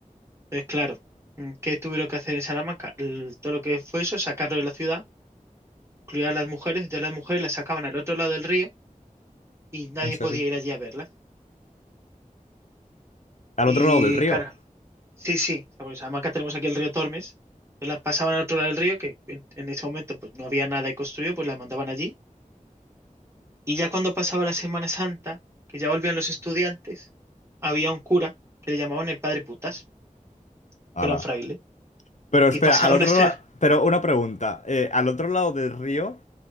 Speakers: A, on the right (about 20°); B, on the left (about 60°).
A: Entonces, claro, mm, ¿qué tuvieron que hacer en Salamanca? El- todo lo que fue eso, sacarlo de la ciudad, incluir a las mujeres, de las mujeres las sacaban al otro lado del río y nadie
B: ¿En serio?
A: podía ir allí a verlas.
B: Al
A: Y
B: otro lado del río.
A: claro, sí, sí, porque en Salamanca tenemos aquí el río Tormes, entonces las pasaban al otro lado del río, que en, en ese momento pues no había nada construido, pues las mandaban allí. Y ya cuando pasaba la Semana Santa, que ya volvían los estudiantes, había un cura que le llamaban el padre Putas,
B: Ala.
A: que era un fraile,
B: Pero espera,
A: y pasaba
B: al otro
A: una, <laughs> se-
B: lado, pero una pregunta. eh, ¿al otro lado del río